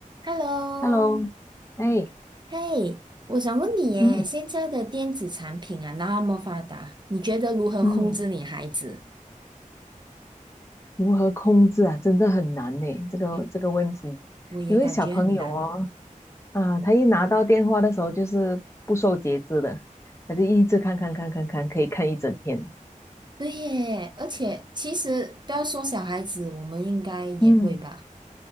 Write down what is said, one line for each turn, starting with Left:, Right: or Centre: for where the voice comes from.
Right: Hello，
Left: Hello，哎，
Right: 嘿，我想问你耶，
Left: 嗯
Right: 现在的电子产品啊那么发达，你觉得如何控制你孩子？
Left: 嗯，如何控制啊，真的很难呢。这个这个问题，
Right: 哎呦，我也感觉很难。
Left: 因为小朋友哦，啊，他一拿到电话的时候就是不受节制的，他就一直看看看看看，可以看一整天。
Right: 对耶，而且其实不要说小孩子，我们应该也会吧。
Left: 嗯，